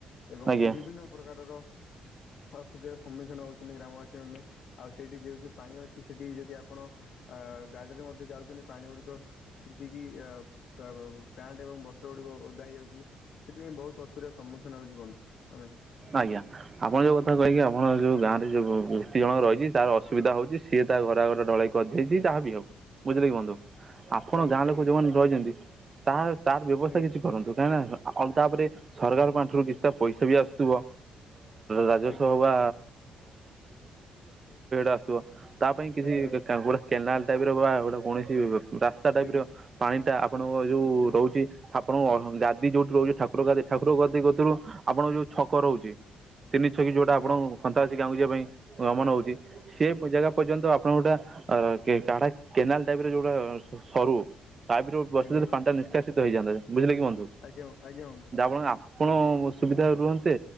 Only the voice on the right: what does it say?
ଆଜ୍ଞା
ଆଜ୍ଞା ଆପଣ ଯୋଉ କଥା କହିକି ଆପଣ ଯୋଉ
ଗାଁରେ ଯୋଉ ବ୍ୟକ୍ତି ଜଣଙ୍କ ରହିଛି ତାର ଅସୁବିଧା ହଉଛି ସିଏ ତା ଘର ଆଗରେ ଢଳେଇ କରିଦେଇଛି ଯାହା ବି ହଉ ବୁଝିଲେ କି ବନ୍ଧୁ। ଆପଣ
ଗାଁ
ଲୋକ ଯୋଉମାନେ ରହିଛନ୍ତି ତା ତାର ବ୍ୟବସ୍ଥା
କିଛି କରନ୍ତୁ କାହିଁକି ନା ଆ ଆଉ ତାପରେ ସରକାର ପାଣ୍ଠିରୁ କିଛିଟା ପଇସା ବି ଆସୁଥିବ ରାଜସ୍ୱ
ହଉ ବା ଆଉ <unintelligible> ତା ପାଇଁ କିଛି
ଗୋଟେ କେନାଲ ଟାଇପ୍ ର ବା ଗୋଟେ କୌଣସି ରାସ୍ତା ଟାଇପ୍
ର ପାଣି ଟା ଆପଣଙ୍କ ଯୋଉ
ରହୁଛି। ଆପଣଙ୍କ ଗାଦି ଯୋଉଠି ରହୁଛି ଠାକୁର ଗାଦି ଠାକୁର ଗାଦି କତିରୁ ଆପଣଙ୍କ ଯୋଉ ଛକ ରହୁଛି। ତିନି ଛକି ଯୋଉଟା
ଆପଣଙ୍କୁ ଖନ୍ତା ଆସି ଗାଁକୁ ଯିବା ପାଇଁ ଗମନ ହଉଛି ସେ ଜାଗା ପର୍ଯ୍ୟନ୍ତ ଆପଣ ଗୋଟା କାଢା କେନାଲ ଟାଇପ୍ ରେ ଯୋଉଟା ସରୁ ପାଇପ୍ ରୁ ବସିଲେ
ତ ପାଣିଟା ନିଷ୍କାସିତ ହେଇଯାଆନ୍ତା ବୁଝିଲେ କି ବନ୍ଦୁ। <unintelligible>
ଆପଣ।
ସୁବିଧା ରୁହନ୍ତେ